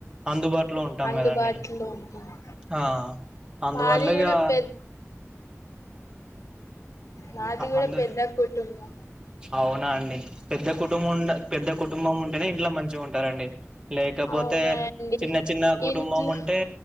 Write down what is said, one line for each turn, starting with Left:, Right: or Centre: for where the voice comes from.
Right: అందుబాటులో ఉంటాం
Left: అందుబాటులో
Right: కదండి
Left: ఉంటుంది
Right: ఆ అందువల్ల
Left: మాది
Right: ఇగా
Left: కూడా పెద్ద నాది కూడా
Right: అందు
Left: పెద్ద కుటుంబం
Right: అవునా అండి పెద్ద కుటుంబం ఉ పెద్ద కుటుంబం ఉంటేనే ఇంట్లో మంచిగా ఉంటారండి లేకపోతే
Left: అవునండి
Right: తే చిన్న చిన్న కుటుంబం
Left: ఇంట్లో
Right: ఉంటే